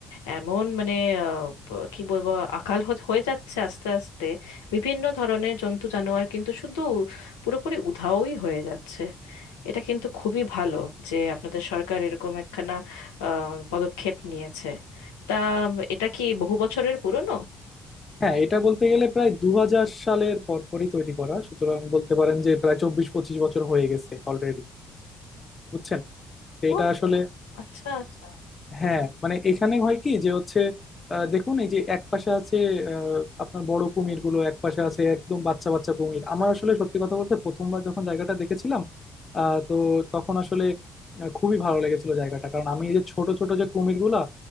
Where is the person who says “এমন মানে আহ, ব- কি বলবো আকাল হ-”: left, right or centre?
Left